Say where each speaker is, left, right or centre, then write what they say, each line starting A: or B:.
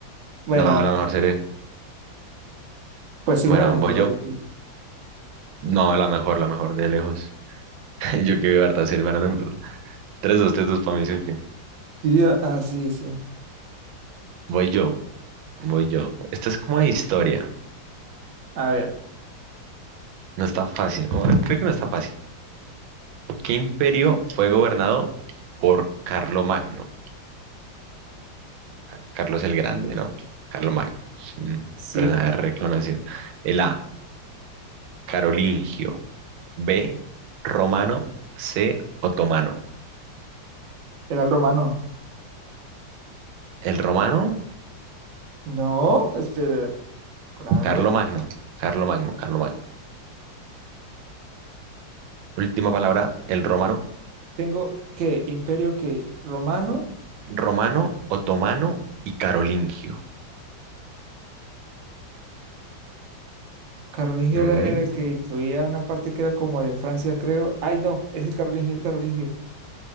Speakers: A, on the right; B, on the right.
A: Bueno,
B: No, la mejor serie.
A: pues sí,
B: Bueno,
A: una de las mejores.
B: voy yo.
A: sí.
B: No, la mejor, la mejor de lejos. <laughs> Yo que veo harta serie, bueno, no importa. 3, 2, 3, 2 para mí, sí, ok.
A: Sí, a- ah, sí, sí.
B: Voy yo, voy yo. Esta es como de historia.
A: A ver,
B: No está fácil. Bueno, creo que no está fácil. ¿Qué imperio fue gobernado por Carlomagno? a Carlos el Grande, ¿no? Carlos Magno. Mm,
A: sí,
B: Personaje reconocido. El A, carolingio. B, romano. C, otomano.
A: era el romano.
B: El romano,
A: No, espera, claro.
B: Carlo Magno. Carlo Magno, Carlo Magno. Última palabra, el romano.
A: Tengo que imperio que romano,
B: Romano, otomano y carolingio.
A: carolingio
B: Mm,
A: era, era el que incluía una parte que era como de Francia, creo. Ay, no, es el carolingio, el carolingio.